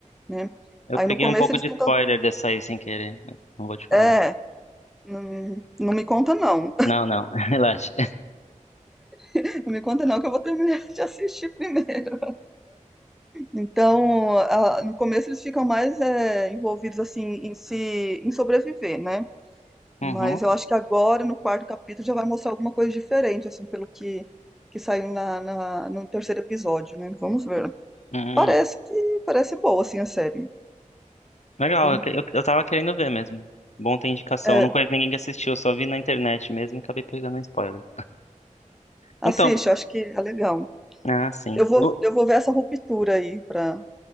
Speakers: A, in the centre; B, on the left.
A: né?
B: Eu
A: Aí
B: peguei
A: no começo
B: um pouco
A: eles
B: de
A: tentam,
B: spoiler dessa aí sem querer, mas não vou te falar
A: é,
B: nada.
A: não, não me conta não,
B: Não, não, <laughs> relaxa.
A: <laughs> não me conta não que eu vou terminar <laughs> de assistir primeiro. Então, a- no começo eles ficam mais é, envolvidos assim em se, em sobreviver, né?
B: Uhum,
A: Mas eu acho que agora, no quarto capítulo, já vai mostrar alguma coisa diferente, assim, pelo que, que saiu na, na- no terceiro episódio, né? Vamos ver.
B: uhum.
A: Parece que parece boa, assim, a série.
B: Legal,
A: né?
B: eu, que- eu, eu tava querendo ver mesmo. Bom ter indicação.
A: É,
B: Eu não conheço ninguém que assistiu, eu só vi na internet mesmo e acabei pegando um spoiler.
A: assiste,
B: Então,
A: eu acho que é legal.
B: ah, sim.
A: Eu vou,
B: O-
A: eu vou ver essa ruptura aí pra,